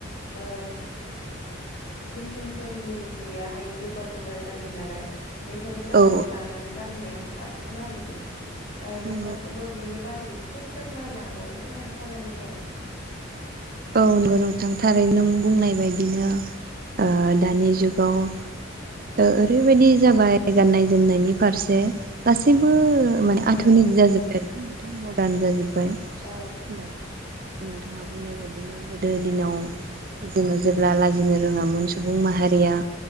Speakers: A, on the left; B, on the right.
A: ओ। मेसिनफोरनि जियाहाय गोबा गोबा जायो नालाय। बेखायनो गाव
B: औ
A: गाव दानानै गाननाया साबसिन आरोखि। ओ नोंथांखौबो
B: नंगौ
A: बिनि बारै एसे फोरमायलांबावनो थाखाय खावलायनाय जाबाय।
B: औ नंगौ नोंथां। थारै नों बुंनाय बायदिनो ओ दानि जुगाव ओ ओरैबायदि जाबाय गाननाय-जोमनायनि फारसे गासैबो माने
A: औ
B: आधुनिक जाजोब्बाय आरो ना नोंथां मदार्न जाजोब्बाय।
A: औ
B: दा नोंथाङा बुंनाय बाय बिदिनो गोदो दिनाव जोङो जेब्ला लाजिनो रोङामोन सुबुं माहारिया